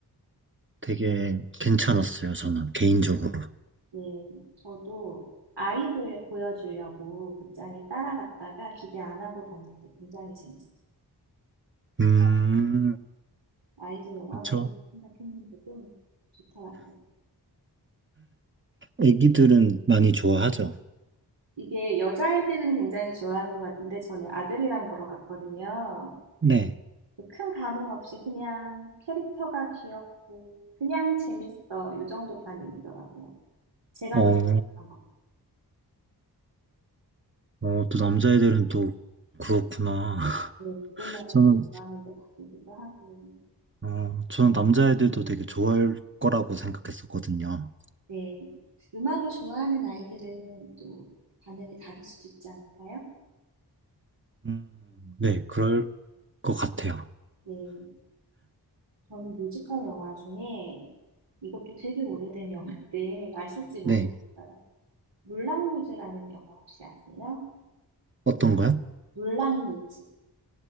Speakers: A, on the right (about 30°); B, on the right (about 85°).
A: 되게 괜찮았어요. 저는 개인적으로.
B: 네. 저도 아이 볼- 보여주려고 극장에 따라갔다가 기대 안 하고 봤는데 굉장히 재밌었어요.
A: 음,
B: 아이들 영화로
A: 그쵸.
B: 생각했는데도 좋더라고요.
A: 애기들은 많이 좋아하죠.
B: 이게 여자아이들은 굉장히 좋아하는 것 같은데 저는 아들이랑 보러 갔거든요.
A: 네.
B: 큰 감흥 없이 그냥 캐릭터가 귀엽고 그냥 재밌어. 이 정도 반응이더라고요. 제가
A: 어,
B: 더 좋아했던 것
A: 어, 또 남자애들은 또 그렇구나. <laughs>
B: 네, 무대마다
A: 저는,
B: 또 좋아하는 게 다르기도 하고,
A: 어, 저는 남자애들도 되게 좋아할 거라고 생각했었거든요.
B: 네, 음악을 좋아하는 아이들은 또 반응이 다를 수도 있지 않을까요?
A: 음, 네, 그럴 것 같아요.
B: 네, 저는 뮤지컬 영화 중에 이것도 되게 오래된 영화인데 아실지 모르겠어요.
A: 네.
B: 물랑루즈라는 영화 혹시 아세요?
A: 어떤 거요?
B: 물랑루즈.